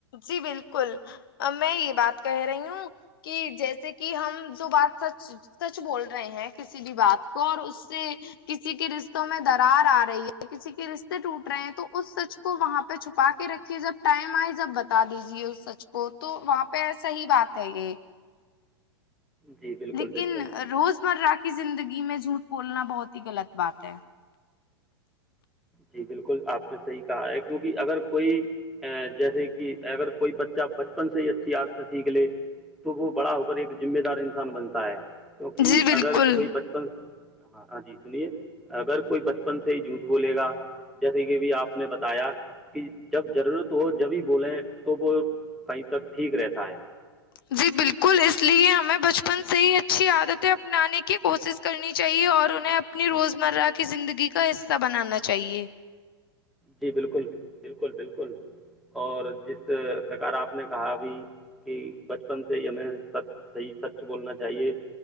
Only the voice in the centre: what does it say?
جی بالکل
بالکل
جی بالکل آپ نے صحیح کہا ہے کیونکہ اگر کوئی جیسے کہ اگر کوئی بچہ بچپن سے ہی اچھی عدتیں سیکھ لے تو وہ بڑا ہو کر ایک ذمہ دار انسان بنتا ہے کیونکہ
اگر کوئی بچپن ہاں ہاں جی سنیے اگر کوئی بچپن سے ہی جھوٹ بولے گا جیسے کہب آپ نے بتایا کہ جب ضرورت تو وہ جبھی بولیں تو وہ کہیں تک ٹھیک رہتا ہے
جی بالکل بالکل بالکل اور جس پرکار آپ نے کہا ابھی کہ بچپن سے ہی ہمیں سچ صحیح سچ بولنا چاہیے